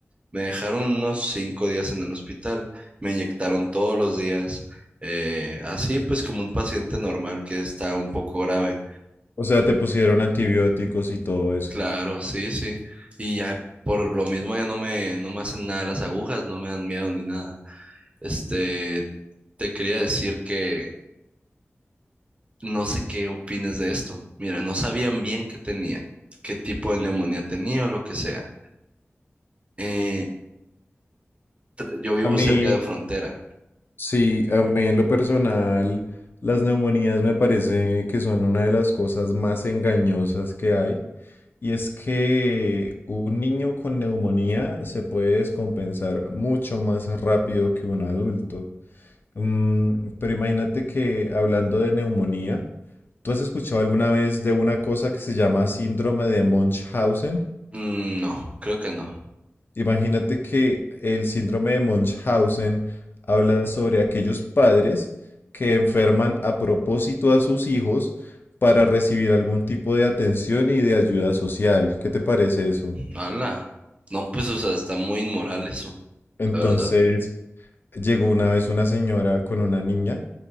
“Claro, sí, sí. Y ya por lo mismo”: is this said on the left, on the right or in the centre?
Right